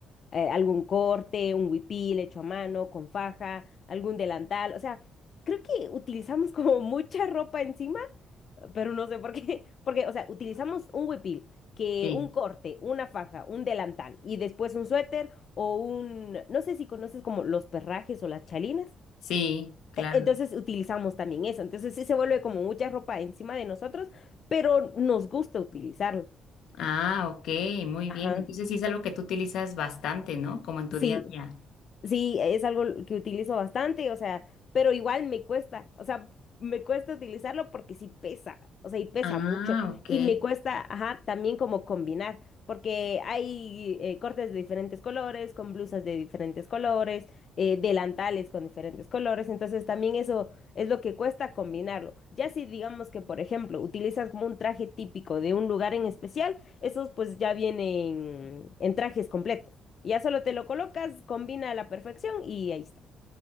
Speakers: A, on the left; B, on the left.
A: eh, algún corte, un huipil hecho a mano, con faja, algún delantal, o sea, creo que utilizamos como mucha ropa encima pero no sé por qué, <laughs> porque, o sea, utilizamos un huipil, que
B: Sí,
A: un corte, una faja, un delantal y después un suéter o un, no sé si conoces como los perrajes o las chalinas.
B: sí, claro.
A: E- Entonces utilizamos también eso. Entonces sí se vuelve como mucha ropa encima de nosotros, pero nos gusta utilizarlo.
B: Ah, ok, muy
A: Ajá.
B: bien. Entonces sí es algo que tú utilizas bastante, ¿no? Como en tu
A: Sí,
B: día a día.
A: sí, es algo que utilizo bastante, o sea, pero igual me cuesta, o sea, me cuesta utilizarlo porque sí pesa, o sea, y pesa
B: Ah,
A: mucho.
B: ok,
A: Y me cuesta, ajá, también como combinar. porque hay eh, cortes de diferentes colores, con blusas de diferentes colores, eh, delantales con diferentes colores, entonces también eso es lo que cuesta combinarlo. Ya si digamos que, por ejemplo, utilizas como un traje típico de un lugar en especial, esos pues ya vienen en trajes completos. Ya solo te lo colocas, combina a la perfección y ahí está.